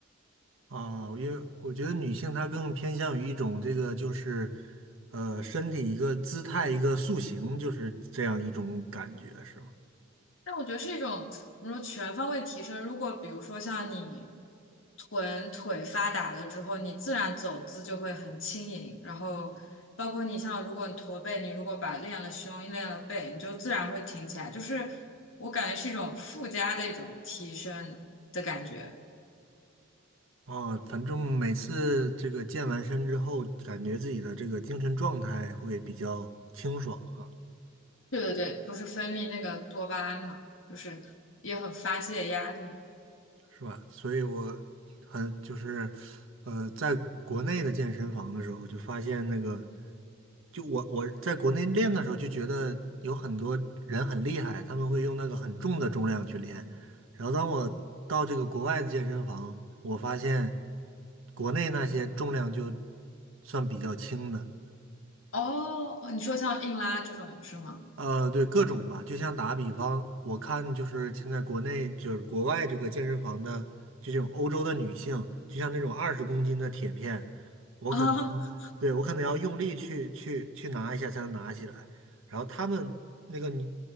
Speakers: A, on the right (about 75°); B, on the left (about 65°).
A: 啊，因为我觉得女性她更偏向于一种这个就是，呃，身体一个姿态一个塑形，就是这样一种感觉，是吗？
B: 但我觉得是一种怎么说全方位提升。如果比如说像你臀腿发达了之后，你自然走姿就会很轻盈，然后包括你像如果你驼背，你如果把练了胸、练了背，你就自然会挺起来。就是我感觉是一种附加的一种提升的感觉。
A: 啊，反正每次这个健完身之后，感觉自己的这个精神状态会比较清爽啊
B: 对对对，不是分泌那个多巴胺嘛，就是也很发泄压力。
A: 是吧？所以我很就是，呃，在国内的健身房的时候，就发现那个，就我我在国内练的时候，就觉得有很多人很厉害，他们会用那个很重的重量去练。然后当我到这个国外的健身房，我发现国内那些重量就算比较轻的。
B: 哦，你说像硬拉这种是吗？
A: 呃，对，各种吧，就像打比方，我看就是现在国内就是国外这个健身房的，就这种欧洲的女性，就像那种二十公斤的铁片，我可能
B: <laughs> 啊。
A: 对我可能要用力去去去拿一下才能拿起来，然后她们那个女